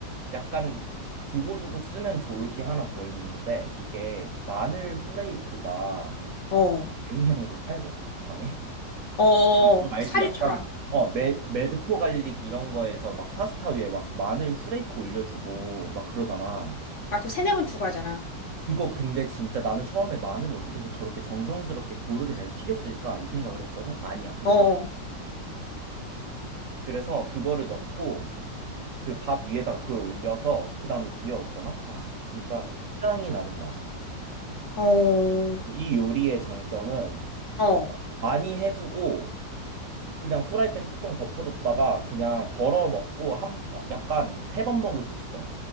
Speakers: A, on the right (about 60°); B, on the left (about 60°).
A: 약간 두고두고 쓰면 좋을 게 하나 더 있는데 이게 마늘 후레이크가
B: 어,
A: 용량으로 팔거든 쿠팡에.
B: 어,
A: <laughs> 너 알지?
B: 사류처럼.
A: 약간 어 매, 매드포 갈릭 이런 거에서 막 파스타 위에 막 마늘 후레이크 올려주고 막 그러잖아.
B: 아, 그 세네 번 추가하잖아.
A: 그거 근데 진짜 나는 처음에 마늘을 어떻게 그 저렇게 정성스럽게 고르게 잘 튀겼을까 이 생각을 했거든. 아니야, 그거
B: 어, 어,
A: 다. 그래서 그거를 넣고 그 밥 위에다가 그걸 올려서 그 다음에 비벼 먹잖아. 와, 진짜 끝장이 나는 맛이야.
B: 어,
A: 그리고 이 요리의 장점은
B: 어.
A: 어, 많이 해두고 그냥 후라이팬 뚜껑 덮어뒀다가 그냥 덜어 먹고 한 야- 약간 세 번 먹을 수 있어.